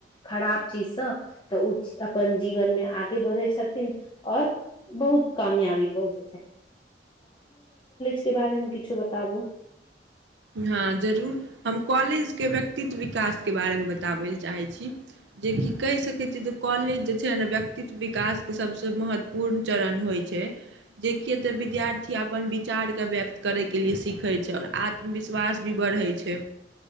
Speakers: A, on the left; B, on the right.
A: खराब चीज से तऽ ओ अपन जीवन मे आगे बढ़े छै छथिन ओर बहुत काम है अभि कश कहत के बारेमे किछु बताबू
B: हँ जरूर हम कॉलेज के व्यक्तित्व विकास के बारे मे बताबै ल चाहे छी जेकि कहि सकैत छी जे कॉलेज जे छै व्यक्तित्व विकास के सबसे महत्वपूर्ण चरण होइ छै जेियए तऽ विद्यार्थी अपन विचार के व्यक्त करय के लिए सीखय छै ओर आत्म विश्वास भी बढ़ै छै